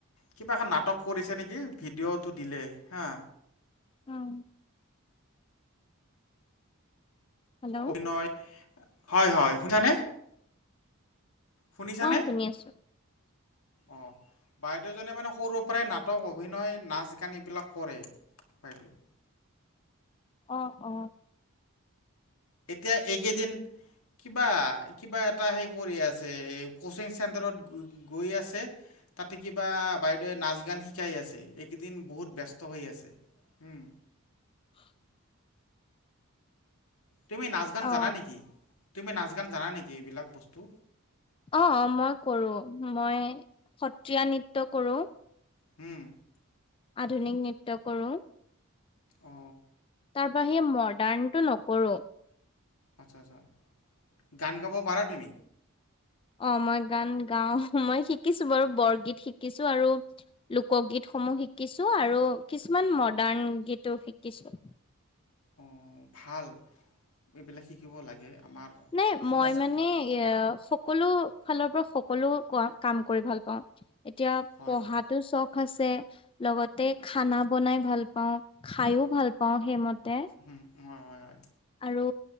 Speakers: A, on the left (about 85°); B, on the left (about 25°).
A: কিবা এখন নাটক কৰিছে নেকি ভিডিঅ'টো দিলে হা।
B: অ হেল্ল'
A: অভিনয়, হয় হয় শুনিছানে শুনিছানে?
B: অ শুনি আছো
A: অ বাইদেউজনীয়ে মানে সৰুৰ পৰাই নাটক, অভিনয়, নাচ-গান এইবিলাক কৰে বাইদেৱে।
B: অ অ
A: এতিয়া এইকেইদিন কিবা, কিবা এটা হেই কৰি আছে এই কচিং চেণ্টাৰত গৈ আছে। তাতে কিবা বাইদেৱে নাচ-গান শিকাই আছে, এইকেইদিন বহুত ব্যস্ত হৈ আছে। হ'ম।
B: <inaudible>
A: তুমি নাচ-গান
B: অ
A: জানা নেকি? তুমি নাচ-গান জানা এইবিলাক বস্তু?
B: অঁ, মই কৰোঁ। মই সত্ৰীয়া নৃত্য কৰোঁ।
A: উম।
B: আধুনিক নৃত্য কৰোঁ।
A: অঁ।
B: তাৰবাহিৰে মডাৰ্ণ টো নকৰোঁ।
A: আচ্ছা -আচ্ছা, গান গাব পাৰা তুমি?
B: অঁ, মই গান গাওঁ। মই শিকিছোঁ বাৰু বৰগীত শিকিছোঁ আৰু- লোকগীতসমূহ শিকিছো আৰু কিছুমান মডাৰ্ণ গীতো শিকিছোঁ।
A: অঁ, ভাল এইবিলাক শিকিব লাগে আমাৰ
B: নাই
A: সংস্কৃ-
B: মই মানে এ সকলো ফালৰ পৰা সকলো ক -কাম কৰি ভাল পাওঁ। এতিয়া
A: হয়,
B: পঢ়াতো
A: হয়,
B: চখ আছে। লগতে খানা বনাই ভাল পাওঁ, খাইও ভাল পাওঁ সেইমতে।
A: উম, হয়- হয়। হয়।
B: আৰু